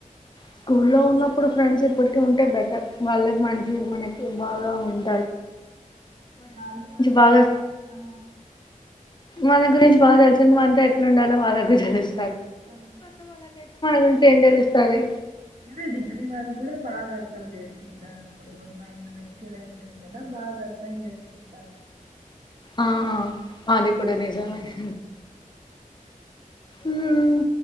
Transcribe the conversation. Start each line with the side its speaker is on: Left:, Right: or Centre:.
Left: స్కూ లో ఉన్నప్పుడు ఫ్రెండ్స్ ఇప్పటికి ఉంటే బెటర్ వాళ్ళే మంచి మనకి బాగా ఉంచి
Right: మాళ్ళా ఉంటారు
Left: బాగా
Right: ఆ
Left: మన గురించి బా తెలసిన వాన్ తో ఎట్లా ఉండాలో వాళ్ళకు తెలుస్
Right: ఆ
Left: గురించి ఏం తెలుస్తది
Right: తెలిద్ అ డిగ్రిీ వాల్ కూడా బాగా అర్థం చేసుకుంటారు అప్పుడు కూడా మైండ్ మేచూర్ అయి ఉంటది కదా బాగా అర్థం చేస్తుంటారు
Left: ఆ అది కూడా నిజమే <inaudible> మ్మ్